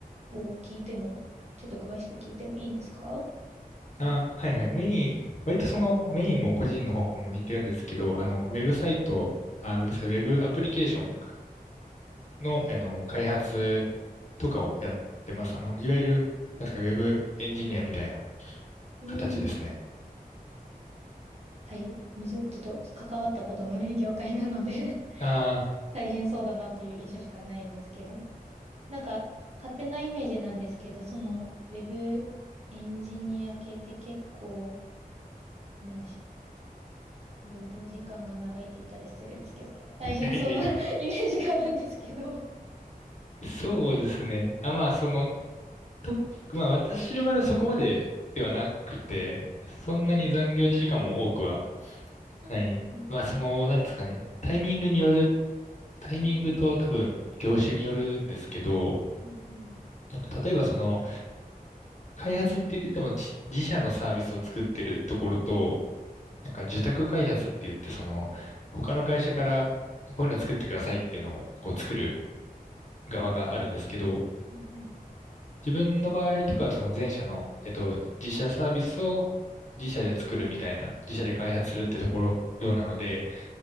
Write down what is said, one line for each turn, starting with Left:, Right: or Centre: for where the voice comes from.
Right: を聞いても、ちょっと詳しく聞いてもいいですか
Left: あ、はいはい。メイン、割とそのメインも個人の方も似てるんですけど、あの、ウェブサイト、あ、ウェブサイト、ウェブアプリケーションの、あの、開発とかをやってます。あの、いわゆる、なんですか、ウェブエンジニアみたいな
Right: うん
Left: 形ですね。
Right: 大むず、ちょっと関わったことのない業界なので <laughs>
Left: あ
Right: 大変そうだなっていう印象しかないんですけど、なんか、勝手なイメージなんですけど、その、ウェブエンジニア系って結構、なんでしょう、労働時間が長いって言ったら失礼ですけど、結構大変そうな
Left: あ、いやいやいや、
Right: <laughs> イメージがあるんですけど。
Left: そうですね。あ、まあ、その、と、まあ私の場合はそこまでではなくて、そんなに残業時間も多くは
Right: ああ、
Left: ない。
Right: そうなんですね。
Left: まあその、なんですかね、タイミングによる、タイミングと多分業種によるんですけど、
Right: うん。はいはい。
Left: なんか例えばその開発って言っても自自社のサービスを作ってるところと、なんか受託開発って言ってその他の会社からこういうの作ってくださいっていうのをこう作る側があるんですけど、
Right: はいはい。
Left: 自分の場合とかは、その前者の、えっと、自社サービスを自社で作るみたいな、自社で開発するってところ、どうなので、